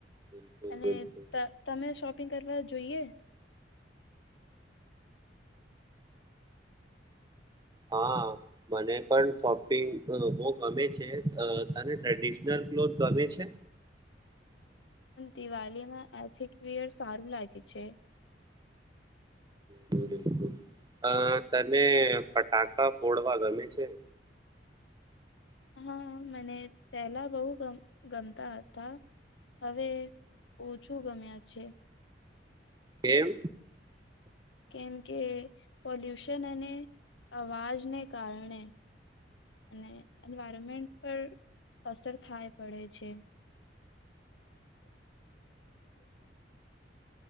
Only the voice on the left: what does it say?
અને
ત તમે શો પિંગ કરવા જોઈએ?
દિવાલીમાં એથિકવિયર સારું લાગે છે.
હા મને પેલા બવ ગમ ગમતા હતા હવે ઓછું ગમ્યા છે.
કેમ કે પોલ્યુશન અને અવાજને કારણે. અને એન્વાયરમેન્ટ પર અસર થાય પડે છે.